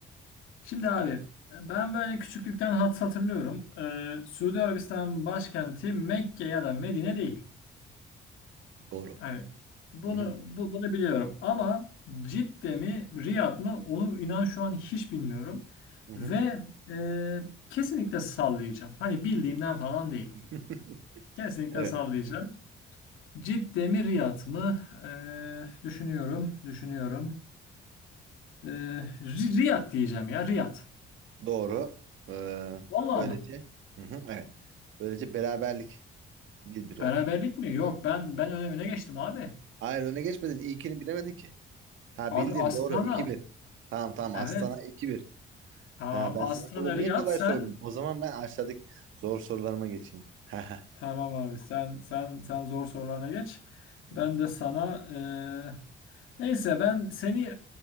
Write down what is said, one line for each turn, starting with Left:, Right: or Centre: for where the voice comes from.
Left: Şimdi abi e, ben böyle küçüklükten hat hatırlıyorum. E, Suudi Arabistan başkenti Mekke ya da Medine değil.
Right: Doğru.
Left: Hani bunu
Right: Hı hı.
Left: bu, bunu biliyorum ama Cidde mi Riyad mı onu inan şu an hiç bilmiyorum.
Right: Hı hı.
Left: Ve e, kesinlikle sallayacağım. Hani bildiğimden falan değil.
Right: <laughs>
Left: Kesinlikle
Right: Evet,
Left: sallayacağım. Cidde mi Riyad mı? Eee, düşünüyorum, düşünüyorum. Eee, Ri- Riyad diyeceğim ya Riyad.
Right: doğru. Ee,
Left: Vallahi
Right: böylece
Left: mı?
Right: hı hı, evet. Böylece beraberlik 1-1
Left: Beraberlik
Right: oldu.
Left: mi? Yok ben ben öne, öne geçtim abi.
Right: Hayır öne geçmedin. İlkini bilemedin ki. Ha
Left: Abi
Right: bildin
Left: Astana.
Right: doğru iki bir. Tamam tamam
Left: Evet.
Right: Aslan'a iki bir.
Left: Tamam.
Right: Ha ben
Left: Astana
Right: sana burada niye
Left: Riyad
Right: kolay
Left: sen
Right: sordum? O zaman ben aşağıdaki zor sorularıma geçeyim. <laughs>
Left: tamam abi sen sen sen zor sorularına geç.
Right: Hı
Left: Ben
Right: hı.
Left: de sana eee, neyse ben seni